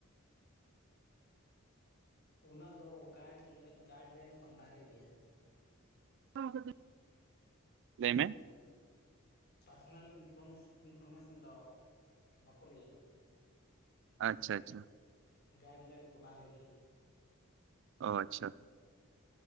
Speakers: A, on the left (about 50°); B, on the right (about 60°).
A: ᱚᱱᱟ ᱫᱚ ᱜᱟᱭᱤᱰ ᱜᱟᱭᱤᱰ ᱞᱟᱭᱤᱱ ᱠᱷᱚᱱ ᱵᱟᱦᱨᱮ ᱜᱮᱭᱟ᱾
B: <unintelligible> ᱞᱟᱹᱭ ᱢᱮ᱾
A: ᱯᱟᱨᱥᱚᱱᱟᱞ ᱤᱱᱯᱷᱚᱨᱢᱮᱥᱚᱱ ᱫᱚ ᱵᱟᱠᱚ ᱞᱟᱹᱭᱟ᱾
B: ᱟᱪᱪᱷᱟ ᱟᱪᱪᱷᱟ
A: ᱜᱟᱭᱤᱰ ᱞᱟᱭᱤᱱ ᱠᱚ ᱵᱟᱦᱨᱮ ᱜᱮᱭᱟ᱾
B: ᱚ ᱟᱪᱪᱷᱟ